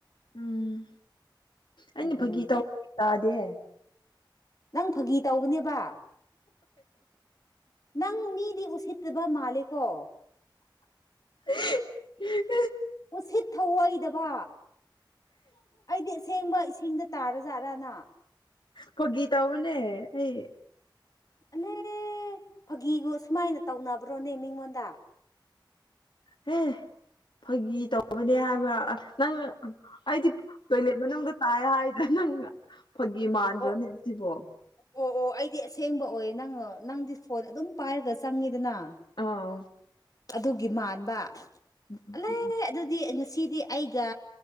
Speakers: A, on the left; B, on the left.
A: ꯎꯝ ꯑꯩꯅ
B: ꯎꯝ
A: ꯐꯥꯒꯤ
B: ꯎꯝ
A: ꯇꯧ ꯇꯥꯗꯤꯌꯦ
B: ꯅꯪ ꯐꯒꯤ ꯇꯧꯕꯅꯦꯕꯥ ꯅꯪ ꯃꯤꯗꯤ ꯎꯁꯤꯠ ꯇꯕ ꯃꯥꯜꯂꯦꯀꯣ
A: ꯑ ꯑ ꯍꯦ ꯍꯦ
B: ꯎꯁꯤꯠ ꯊꯧꯑꯣꯏꯗꯕꯥ ꯑꯩꯗꯤ ꯑꯁꯦꯡꯕ ꯏꯁꯤꯡꯗ ꯇꯥꯔꯖꯥꯠꯔꯅ
A: ꯐꯒꯤ ꯇꯧꯕꯅꯦ ꯑꯩ
B: ꯑꯂꯦ ꯐꯒꯤꯕꯨ ꯑꯁꯨꯃꯥꯏꯅ ꯇꯧꯅꯕ꯭ꯔꯣꯅꯦ ꯃꯤꯉꯣꯟꯗ
A: ꯍꯦ ꯐꯒꯤ ꯇꯧꯕꯅꯦ ꯍꯥꯏꯕ ꯑꯁ ꯅꯪ ꯑꯩꯗꯤ ꯇꯣꯏꯂꯦꯠ ꯃꯅꯨꯡꯗ ꯇꯥꯏ ꯍꯥꯏꯗ꯭ꯔ ꯅꯪꯅ ꯐꯒꯤ ꯃꯥꯟꯗ꯭ꯔꯣꯅꯦ
B: ꯑꯣ
A: ꯖꯤꯕꯣ
B: ꯑꯣ ꯑꯣ ꯑꯩꯗꯤ ꯑꯁꯦꯡꯕ ꯑꯣꯏꯌꯦ ꯅꯪ ꯅꯪꯗꯤ ꯐꯣꯟ ꯑꯗꯨꯝ ꯄꯥꯏꯔꯒ ꯆꯪꯉꯤꯗꯅꯥ
A: ꯑꯥ
B: ꯑꯗꯨꯒꯤ ꯃꯥꯟꯕ
A: ꯎꯝ ꯎꯝ
B: ꯑꯂꯦ
A: ꯎꯝ ꯎꯝ
B: ꯑꯗꯨꯗꯤ ꯑꯩ ꯉ ꯁꯤꯗꯤ ꯑꯩꯒ